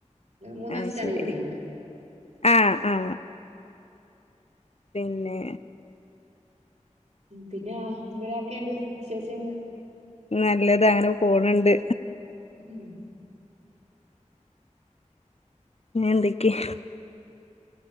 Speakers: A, on the right; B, on the left.
A: മൂന്നാം
B: ആ
A: സ്റ്റാൻഡേർഡിൽ
B: ശരി
A: പഠിക്കുന്നു
B: ആ ആ പിന്നേ
A: പിന്നാ എന്താരാക്കെ ഉണ്ട് വിശേഷം ങ്ങ്
B: നല്ലതാണ് പോണുണ്ട്
A: മ്മ്ഹ് ഹ്
B: ന്ന് എന്തൊക്കെയാ